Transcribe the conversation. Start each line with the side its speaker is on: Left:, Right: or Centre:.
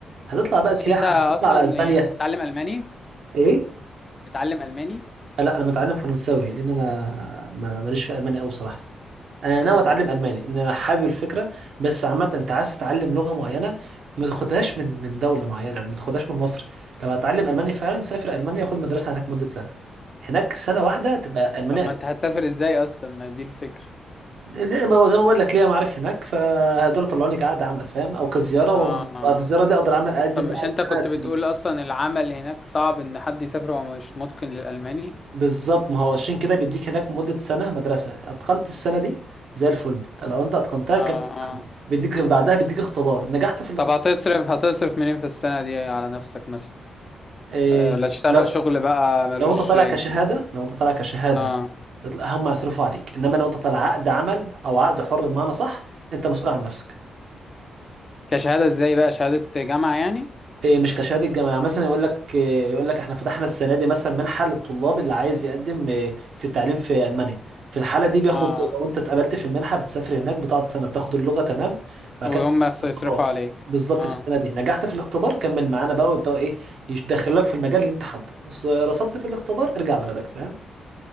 Right: هتطلع بقى سياحه
Left: انت اصلا
Right: تطلع على اسبانيا
Left: يعني بتتعلم الماني
Right: ايه
Left: بتتعلم الماني
Right: لا انا متعلم فرنساوي لان انا ما- ماليش في المانيا قوي بصراحه انا
Left: امم
Right: ناوي اتعلم الماني ان انا حابب الفكره بس عامه انت عايز تتعلم لغه معينه ما تاخدهاش من من دوله معينه يعني ما تاخدهاش من مصر لو هتعلم الماني فعلا سافر المانيا خد مدرسه هناك مده سنه هناك سنه واحده تبقى المانيا
Left: طب ما انت هتسافر ازاي اصلا ما دي الفكرة
Right: ليه- ما هو زي ما بقول لك ليا معارف هناك فهيقدروا يطلعوني كعقد عمل فاهم او كزياره وبعد
Left: اه آه.
Right: اه الزياره دي اقدر اعمل اقدم
Left: طب مش
Right: بقى
Left: انت
Right: السنه
Left: كنت
Right: تدريب
Left: بتقول اصلا العمل هناك صعب ان حد يسافر وهو مش متقن للالماني
Right: بالظبط ما هو عشان كده بيديك هناك مده سنه مدرسه اتقنت السنه دي زي الفل لو انت اتقنتها
Left: اه
Right: كان
Left: اه
Right: بيديك بعدها بيديك اختبار نجحت في الاختبار
Left: طب هتصرف هتصرف منين في السنة دي على نفسك مثلا
Right: إيه
Left: آه، ولا تشتغل
Right: لو
Left: شغل بقى ملوش
Right: لو انت طالع
Left: يعني
Right: كشهاده لو انت طالع كشهاده
Left: اه
Right: هتلا- هم يصرفوا عليك انما لو انت طالع عقد عمل او عقد حر بمعنى صح انت مسؤول عن نفسك
Left: كشهادة ازاي بقى شهادة جامعة يعني
Right: إيه مش كشهاده جامعه مثلا يقول لك إيه يقول لك احنا فتحنا السنه دي مثلا منحه للطلاب اللي عايز يقدم إيه، في التعليم في المانيا في الحاله دي بياخدوا
Left: اه
Right: الط- لو انت اتقبلت في المنحه بتسافر هناك بتقعد سنه بتاخد اللغه تمام بعد
Left: وهم
Right: كده بتاخد
Left: يصرفوا
Right: الاختبار
Left: عليك
Right: بالظبط
Left: اه
Right: في السنه دي نجحت في الاختبار كمل معانا بقى ويبداوا ايه يدخلوك في المجال اللي انت حابه بس رسبت في الاختبار ارجع بلدك فاهم